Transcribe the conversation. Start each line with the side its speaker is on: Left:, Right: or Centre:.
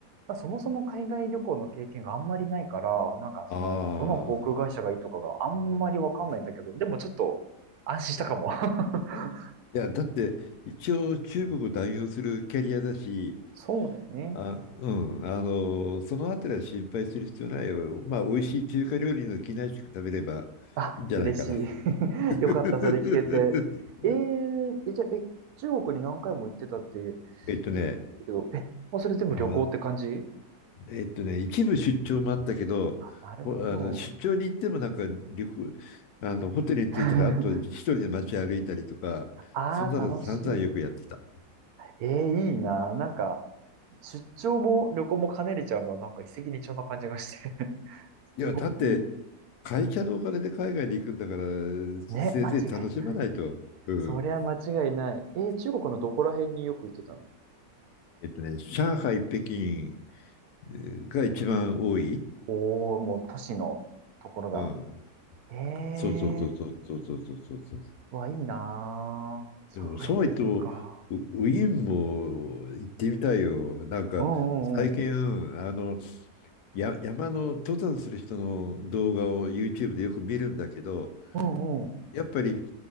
Right: まあそもそも海外旅行の経験があんまりないから、なんかその、
Left: ああ。
Right: どの航空会社がいいとかがあんまりわかんないんだけど、でもちょっと安心したかも。<laughs>
Left: いや、だって、一応中国を代表するキャリアだし、
Right: そうだよね。
Left: あ、うん、あの、そのあたりは心配する必要ないよ。まあ、美味しい中華料理の機内食食べればいいんじゃないかな。
Right: あ、嬉し
Left: <laughs>
Right: い。<laughs> よかった、それ聞けて。えー、え、じゃあ、え、中国に何回も行ってたって、
Left: えっとね、
Right: さっき言ったけど、え、もうそれ全部旅行って感じ
Left: あ、えっとね、一部出張もあったけど、
Right: なるほど。
Left: ほあの出張に行ってもなんか旅行、あのホテルに着いたらあと一人で街歩いたりとか、
Right: <laughs> ああ、
Left: そんなの散々よくやってた。
Right: 楽しい。えー、いいな。なんか、出張も旅行も兼ねれちゃうの、なんか一石二鳥な感じがして。
Left: いや、
Right: すごいいい。
Left: だって、会社のお金で海外に行くんだから、せいぜい楽しまないと。
Right: ね、間違いない。
Left: うん。
Right: そりゃ間違いない。えー中国のどこら辺によく行ってたの
Left: えっとね、上海、北京えーが一番多い。
Right: おおー、もう都市のところだ。
Left: うん。
Right: ええ
Left: そうそうそうそうそうそうそうそうそう。
Right: ー、わ、いいなー。
Left: でも、
Right: 上海、
Left: そうは言っても、
Right: 北京か。
Left: ウウィーンも行ってみたいよ。なんか、
Right: うんうんうん。
Left: 最近、あの、や、山の登山する人の動画を YouTube でよく見るんだけど、
Right: うんうん。
Left: やっぱり、